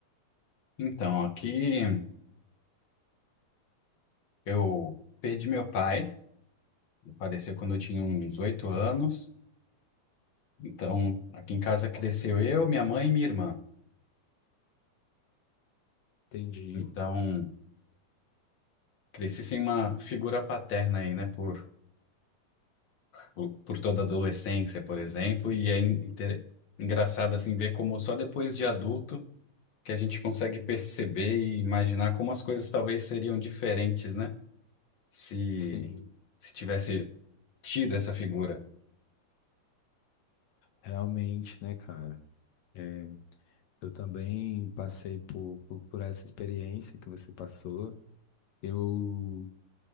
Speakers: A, on the left (about 60°); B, on the left (about 70°).
A: Então, aqui eu perdi meu pai, ele faleceu quando eu tinha uns oito anos. Então, aqui em casa cresceu eu, minha mãe e minha irmã.
B: Entendi.
A: Então, cresci sem uma figura paterna aí, né, por, por por toda a adolescência, por exemplo, e é in- inter- engraçado assim ver como só depois de adulto que a gente consegue perceber e imaginar como as coisas talvez seriam diferentes, né? Se,
B: Sim,
A: se tivesse tido essa figura.
B: realmente, né, cara? É, eu também passei por, por, por essa experiência que você passou. Eu,